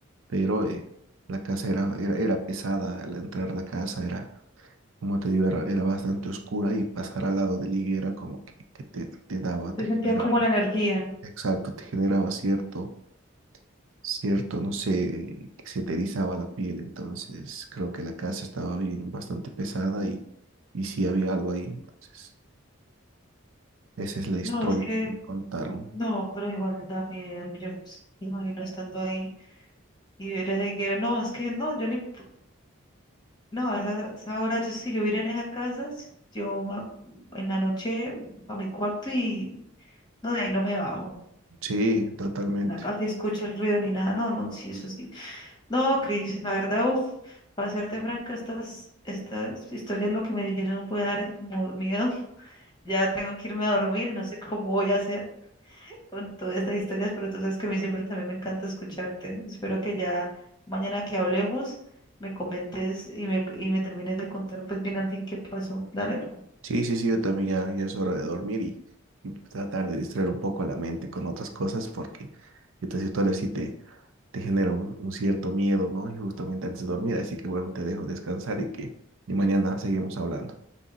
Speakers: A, on the right; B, on the left.
A: pero eh, la casa era, era, era pesada, al entrar a la casa era, como te digo, era, era bastante oscura y pasar al lado de la higuera como que, que te, te daba, te
B: Se sentía
A: generaba,
B: como la energía.
A: exacto, te generaba cierto, cierto, no sé, que se te erizaba la piel, entonces creo que la casa estaba bien, bastante pesada y, y sí había algo ahí, entonces esa es la historia
B: No, es que,
A: que me contaron.
B: no, pero igual da miedo. Yo pues, me imagino estando ahí y ver ese que era. No, es que no, yo ni, p- no, a esa, esa hora, yo, si yo viera en esa casa, si yo ma- en la noche a mi cuarto y no, de ahí no me bajo.
A: Sí, totalmente.
B: Casi escucho el ruido ni nada. No, no, sí, eso sí. No, Cris, la verdad, uff. Para serte franca, estas, estas historias lo que me dijeron fue dar como miedo. <laughs> Ya tengo que irme a dormir, no sé cómo voy a hacer con todas estas historias, pero tú sabes que a mí siempre también me encanta escucharte. Espero que ya mañana que hablemos me comentes y me, y me termines de contar pues bien al fin qué pasó. Dale.
A: Sí, sí, sí, yo también ya, ya es hora de dormir y, y tratar de distraer un poco la mente con otras cosas porque estas historias sí te, te generan un, un cierto miedo, ¿no? Y justamente antes de dormir, así que bueno, te dejo descansar y que y mañana seguimos hablando.